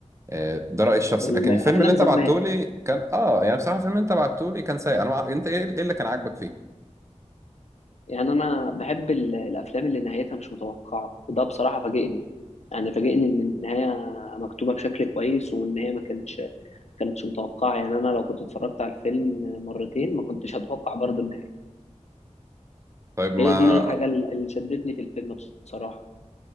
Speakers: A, on the right; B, on the left.
A: آه ده رايي الشخصي
B: الافلام
A: لكن الفيلم اللي انت
B: زمان
A: بعتهولي كان اه يعني بصراحه الفيلم اللي انت بعتهولي كان سيء انا مع... انت ايه إيه اللي كان عاجبك فيه
B: يعني انا بحب ال- الافلام اللي نهايتها مش متوقعه وده بصراحه فاجئني يعني فاجئني ان النهايه مكتوبه بشكل كويس وان هي ما كانتش ما كانتش متوقعه يعني انا لو كنت اتفرجت على الفيلم مرتين ما كنتش هتوقع برضه النهايه
A: طيب ما
B: هي دي الحاجه ال- اللي شدتني في الفيلم بصراحه